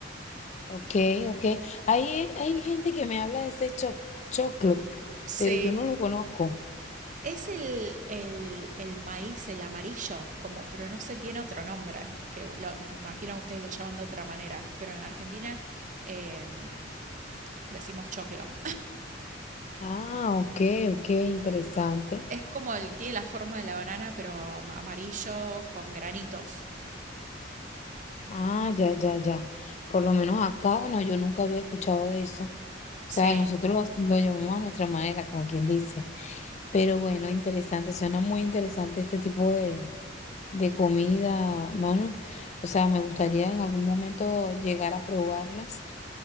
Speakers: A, on the left (about 40°); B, on the right (about 45°).
A: Ok, ok. Hay, hay gente que me habla de ese cho choclo,
B: Sí,
A: pero yo no lo conozco.
B: es el, el, el maíz, el amarillo, como, pero no sé, tiene otro nombre, que lo- me imagino que ustedes lo llaman de otra manera, pero en Argentina eh, decimos choclo.
A: Ah, ok, ok, interesante.
B: Es como el, tiene la forma de la banana, pero am- amarillo con granitos.
A: Ah, ya, ya, ya. Por lo menos acá, bueno, yo nunca había escuchado de eso. O
B: Sí,
A: sea, nosotros lo, lo llevamos a nuestra manera, como quien dice. Pero bueno, interesante, suena muy interesante este tipo de, de comida, Manu. O sea, me gustaría en algún momento llegar a probarlas,